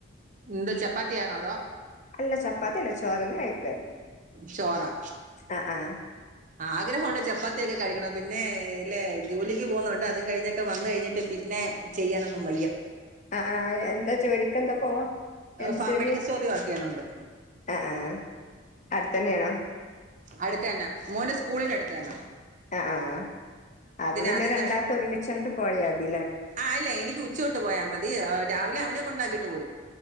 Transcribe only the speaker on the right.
എന്താ ചപ്പാത്തിയാണോ അതോ
ചോറാ?
ആഗ്രഹൊണ്ട് ചപ്പാത്തിയൊക്കെ കഴിക്കണം പിന്നെ ഇല്ലെ ജോലിക്ക് പോകുന്നുണ്ട് അതും കഴിഞ്ഞാ ക്കെ വന്ന് കയിഞ്ഞിട്ട് പിന്നെ ചെയ്യാനൊന്നും വയ്യ
ഫാ
മെഡിക്കൽ സ്റ്റോറിൽ വർക്ക് ചെയ്യുന്നുണ്ട്
അടുതെന്നാ മോൻ്റെ സ്കൂളിൻ്റെ അടുതെന്നാ
അതും
ആഹ് അല്ല എനിക്ക് ഉച്ചൊട്ട് പോയാ മതി രാവിലെ അവനെ കൊണ്ടാക്കിട്ട് പോരും